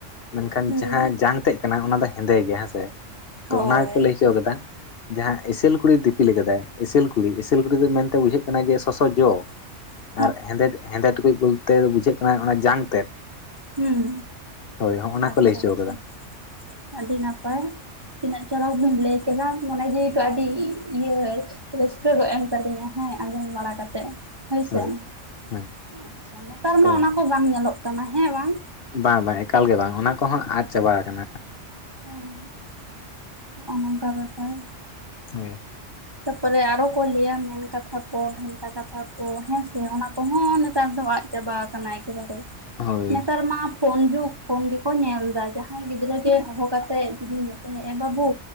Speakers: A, on the left (about 55°); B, on the right (about 25°).
A: ᱢᱮᱱᱠᱷᱟᱱ
B: ᱦᱩᱸ
A: ᱡᱟᱦᱟᱸ ᱡᱟᱝ ᱛᱮᱜ ᱠᱟᱱᱟ ᱚᱱᱟ ᱫᱚ ᱦᱮᱸᱫᱮ ᱜᱮᱭᱟ ᱦᱮᱸᱥᱮ, ᱛᱚ
B: ᱦᱳᱭ
A: ᱚᱱᱟ ᱜᱮᱠᱚ ᱞᱟᱹᱭ ᱦᱚᱪᱚ ᱠᱟᱫᱟ ᱡᱟᱦᱟᱸ ᱮᱥᱮᱞ ᱠᱩᱲᱤᱭ ᱫᱤᱯᱤᱞ ᱠᱟᱫᱟᱭ ᱮᱥᱮᱞ ᱠᱩᱲᱤ ᱮᱥᱮᱞ ᱠᱩᱲᱤ ᱫᱚ ᱢᱮᱱᱛᱮ ᱵᱩᱡᱷᱟᱹᱜ ᱠᱟᱱᱟ ᱡᱮ ᱥᱚᱥᱚ ᱡᱚ
B: <inaudible>
A: ᱟᱨ ᱦᱮᱸᱫᱮ ᱦᱮᱸᱫᱮ ᱴᱩᱠᱩᱡ ᱵᱚᱞᱛᱮ ᱵᱩᱡᱷᱟᱹᱜ ᱠᱟᱱᱟ ᱚᱱᱟ ᱡᱟᱝ ᱛᱮᱫ
B: ᱦᱩᱸ
A: ᱦᱳᱭ ᱦᱚᱸᱜ ᱚᱱᱟ
B: ᱟᱪᱪᱷᱟ
A: ᱠᱚ ᱞᱟᱹᱭ ᱦᱚᱪᱚ
B: ᱟᱪᱪᱷᱟ
A: ᱠᱟᱫᱟ
B: ᱟᱹᱰᱤ ᱱᱟᱯᱟᱭ ᱛᱤᱱᱟᱹᱜ ᱪᱚᱨᱚᱠ ᱵᱤᱱ ᱞᱟᱹᱭ ᱠᱮᱫᱟ ᱢᱚᱱᱮ ᱡᱤᱭᱤ ᱠᱚ ᱟᱹᱰᱤ ᱤᱭᱟᱹ ᱨᱟᱹᱥᱠᱟᱹ ᱜᱚᱫ ᱮᱱ ᱛᱟᱞᱤᱧᱟ ᱦᱮᱸ ᱟᱸᱡᱚᱢ ᱵᱟᱲᱟ ᱠᱟᱛᱮᱜ ᱦᱳᱭᱥᱮ
A: ᱦᱳᱭ ᱦᱮᱸ
B: ᱾ ᱟᱪᱪᱷᱟ ᱱᱮᱛᱟᱨ ᱢᱟ
A: ᱛᱚ
B: ᱚᱱᱟ ᱠᱚ ᱵᱟᱝ ᱧᱮᱞᱚᱜ ᱠᱟᱱᱟ ᱦᱮᱸ ᱵᱟᱝ?
A: ᱵᱟᱝ ᱵᱟᱝ ᱮᱠᱟᱞ ᱜᱮ ᱵᱟᱝ, ᱚᱱᱟ ᱠᱚᱦᱚᱸ ᱟᱫ ᱪᱟᱵᱟ ᱟᱠᱟᱱᱟ ᱾
B: ᱚᱸ ᱾ ᱦᱚᱜᱼᱚ ᱱᱚᱝᱠᱟ ᱵᱮᱯᱟᱨ
A: ᱦᱳᱭ
B: ᱛᱟᱯᱚᱨᱮ ᱟᱨᱚ ᱠᱚ ᱞᱟᱹᱭᱼᱟ ᱢᱮᱱ ᱠᱟᱛᱷᱟ ᱠᱚ, ᱵᱷᱮᱱᱛᱟ ᱠᱟᱛᱷᱟ ᱠᱚ ᱦᱮᱸᱥᱮ ᱚᱱᱟ ᱠᱚᱦᱚᱸ ᱱᱮᱛᱟᱨ ᱫᱚ ᱟᱫ ᱪᱟᱵᱟ ᱠᱟᱱᱟ ᱮᱠᱮ ᱵᱟᱨᱮ ᱾
A: ᱦᱳᱭ
B: ᱱᱮᱛᱟᱨ ᱢᱟ ᱯᱷᱳᱱ ᱡᱩᱜᱽ ᱯᱷᱳᱱ ᱜᱮᱠᱚ ᱧᱮᱞ ᱫᱟ ᱾ ᱡᱟᱦᱟᱭ ᱜᱤᱫᱽᱨᱟᱹ ᱜᱮ ᱦᱚᱦᱚ ᱠᱟᱛᱮᱜ ᱡᱩᱫᱤ ᱢᱮᱛᱟᱹᱭᱟ ᱮ ᱵᱟᱹᱵᱩ